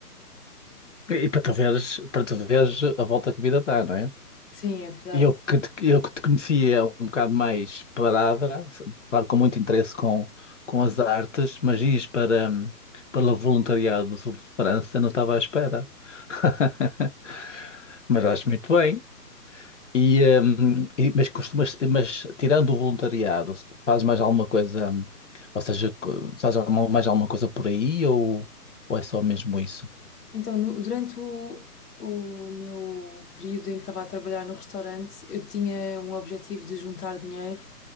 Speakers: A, on the left (about 50°); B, on the left (about 70°).
A: E e para tu veres, para tu veres a volta que a vida dá, não é?
B: Sim, é verdade.
A: Eu que te, eu que te conhecia um bocado mais parada, claro, com muito interesse com, com as artes, mas ias para, hum, para o voluntariado do sul de França, não estava à espera. <laughs> Mas acho muito bem. E, hum, e- mas costumas, mas tirando o voluntariado, fazes mais alguma coisa, hum, ou seja, co- fazes alguma- mais alguma coisa por aí ou, ou é só mesmo isso?
B: Então, no- durante o, o meu período em que estava a trabalhar no restaurante, eu tinha um objetivo de juntar dinheiro